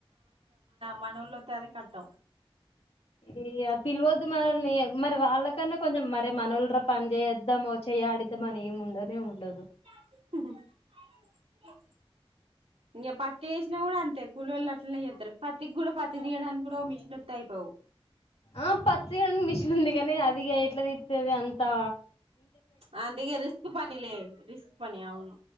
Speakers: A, on the right; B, on the left.
A: మనవుతో అదే కట్టం
B: ఇయ్య పిలవద్దు మనల్ని మరి వాళ్ళకన్నా కొంచెం మరి మనోళ్లు రా పని చేద్దాం వచ్చ చేయాడిద్దమని ఉండనే ఉండదు
A: హ
B: <inaudible>
A: ఇంగ పత్తి ఏసినా కూడా అంతే కూలీళ్ళ అట్లనే చేత్తరు పత్తికి కూడా పత్తి తీయడానికి కూడా మిషన్ ఒత్త అయిపోవు
B: ఆ పత్తి తీయడానికి మిషన్ ఉంది కానీ అదిగ ఎట్లతీ సత్తది అంతా
A: అంతగ రిస్క్ పనిలే రిస్క్ పని అవును